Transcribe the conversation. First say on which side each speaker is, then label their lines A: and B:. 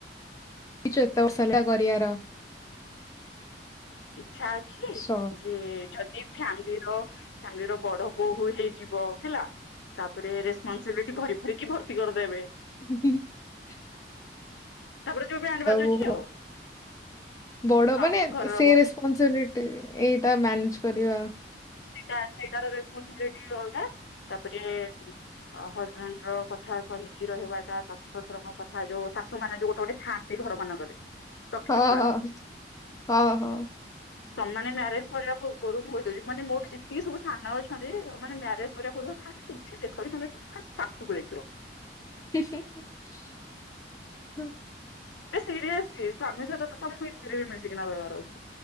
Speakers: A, on the left; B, on the left.
A: <inaudible> ଛ କରିବାର <unintelligible>
B: ଇଚ୍ଛା ଅଛି
A: ଆଚ୍ଛା
B: ଯେ ଯଦି ଫ୍ୟାମିଲି ର ଫ୍ୟାମିଲିର ବଡ ବୋହୁ ହେଇଯିବ ହେଲା ତାପରେ ରେସପନସିବିଲିଟି ଭରି ଭରିକି ଭର୍ତି କରିଦେବେ
A: ହ
B: ତାପରେ ଯୋଉ ବି <inaudible> ଆଣ୍ଡ ବାଜ
A: ବୋହୂ
B: ଅଛି ଆଉ
A: ବଡ
B: ହାଁ
A: ମାନେ
B: ଘର
A: ସେ ରେସପନ୍ସିବିଲିଟି ଏଇଟା ମ୍ୟାନେଜ କରି କିମ୍ୱା
B: ସେଟା ସେଇଟା ରେସ କ ଡି ରଲଦା <unintelligible> <inaudible> ତାପରେ ହଜବେଣ୍ଡ ର କଥା ସହିକି ରହିବାଟା ଶାଶୁ ଶଶୁରଙ୍କ କଥା ଯୋଉ ଶାଶୁ ମାନେ ଯୋଉ ଗୋଟେ ଗୋଟେ ଥାଆନ୍ତି ଘର ମାନଙ୍କରେ ଟକ୍ସିକ
A: ହଁ
B: ବାଲା
A: ହଁ ହଁ ହଁ
B: ତମମାନେ ମ୍ୟାରେଜ କରିବା ପୂର୍ବରୁ କହି <inaudible> ମାନେ ମୋ ଗୋଟେ ଯେତିକି ସବୁ ସାନ ଅଛନ୍ତି ମାନେ ମ୍ୟାରେଜ କରିବା ପୂର୍ବରୁ ଫାଷ୍ଟ କିଛି ଦେଖନି ଫାଷ୍ଟ ଶାଶୁକୁ ଦେଖିବ
A: ହଁ
B: ବି ସିରିଏସଲି ସ୍ଵାମୀ ସହିତ ତ <unintelligible> ସିକନାଲାର <inaudible> <unintelligible> ଅଛି